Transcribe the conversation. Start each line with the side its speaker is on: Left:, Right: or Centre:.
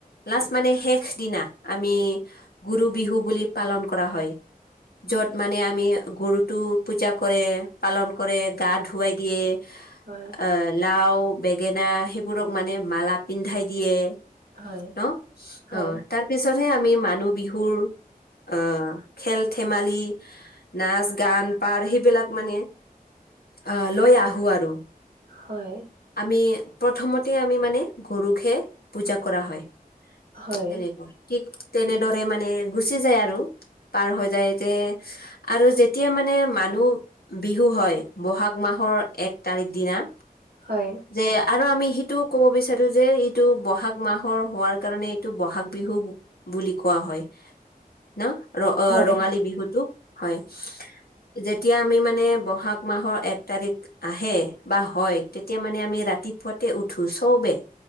Left: লাষ্ট মানে শেষ দিনা আমি গুৰু বিহু বুলি পালন কৰা হয়। য'ত মানে আমি গৰুতো পূজা কৰে, পালন কৰে গা ধু - ৱাই দিয়ে।
Right: হয়।
Left: এ' লাও, বেঙেনা সেইবোৰক মানে মালা পিন্ধাই দিয়ে-
Right: হয়,
Left: ন।
Right: হয়,
Left: অ', তাৰপিছত'হে আমি মানুহ বিহুৰ আঁহ', - খেল-ধেমালি, নাচ, গান, পাৰ সেইবিলাক মানে - আ' লৈ আহো আৰু।
Right: হয়।
Left: আমি প্ৰথমতে আমি মানে গৰুকহে পূজা কৰা হয়।
Right: হয়,
Left: তেনেকুৱা। ঠিক তেনেদৰে মানে গুচি যায় আৰু, পাৰ হৈ যায় যে - আৰু যেতিয়া মানে মানুহ বিহু হয়- বহাগ মাহৰ এক তাৰিখ দিনা।
Right: হয়।
Left: যে আৰু আমি সেইটোও ক'ব বিচাৰো যে এইটো বহাগ মাহৰ হোৱাৰ কাৰণে এইটো বহাগ বিহু - বুলি কোৱা হয়। ন' ৰ-ৰঙালী
Right: হয়,
Left: বিহুতটোক হয়। যেতিয়া আমি মানে বহাগ - মাহৰ এক তাৰিখ আহে বা হয় তেতিয়া মানে আমি ৰাতিপুৱাতে উঠো চবেই।